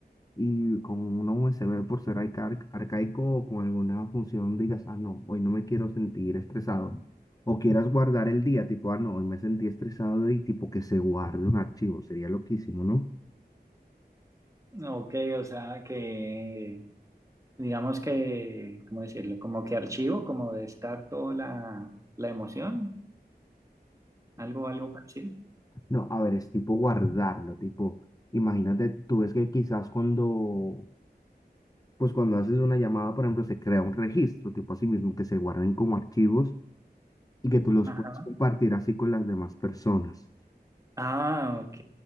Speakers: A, on the left; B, on the right.
A: y con una USB por ser arca- arcaico o con alguna función digas, ah, no, hoy no me quiero sentir estresado. O quieras guardar el día, tipo, ah, no, hoy me sentí estresado y tipo que se guarde un archivo, sería loquísimo, ¿no?
B: Ok, o sea que, digamos que, ¿cómo decirlo? Como que archivo, como descarto la, la emoción, algo, algo parecido.
A: No, a ver, es tipo guardarlo, tipo, imagínate, tú ves que quizás cuando, pues cuando haces una llamada, por ejemplo, se crea un registro, tipo así mismo, que se guarden como archivos y que tú los
B: Ajá.
A: puedes compartir así con las demás personas.
B: Ah, ok,